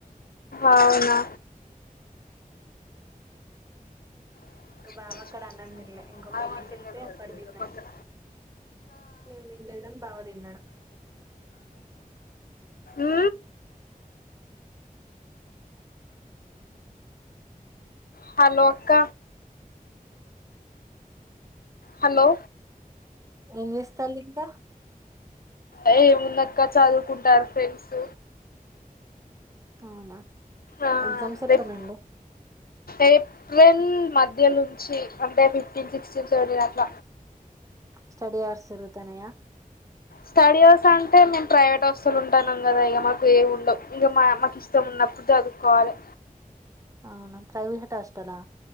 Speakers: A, on the left (about 80°); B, on the right (about 20°).
A: అవునా <inaudible>
B: ఇంకా బావ అక్కడ అన్నం తినలే ఇంకో
A: ఆ
B: పెళ్ళికి
A: మాత్రం
B: వెళ్తే
A: కనపడతలేదా
B: అక్కడ తిన్నాం
A: పక్కన
B: నేను తినలేదు కానీ బావ తిన్నాడు
A: ఊ హలో అక్క హలో
B: ఏం జెస్తల్ ఇంక
A: ఏ ఏముంది అక్క చదువుకుంటారు ఫ్రెండ్స్
B: అవునా
A: ఆ
B: ఎగ్జామ్స్ ఎప్పటి
A: రెప్
B: నుండి
A: ఏప్రిల్ మద్ ధ్య లుంచి అంటే ఫిఫ్టీన్ సిక్స్టీన్ సెవెంటీన్ అట్ల
B: స్టడి అవర్స్ జరుగుతన్నాయా
A: స్టడీ అవర్స్ అంటే మేము ప్రైవేట్ హాస్టల్ ఉంటన్నం కదా ఇగ మాకు ఏవ్ ఉండవ్ ఇంగ మా అమ్మ కి ఇష్టం ఉన్నప్పుడు చదువుకోవాలి
B: అవునా ప్రైవ్హేట్ హాస్టలా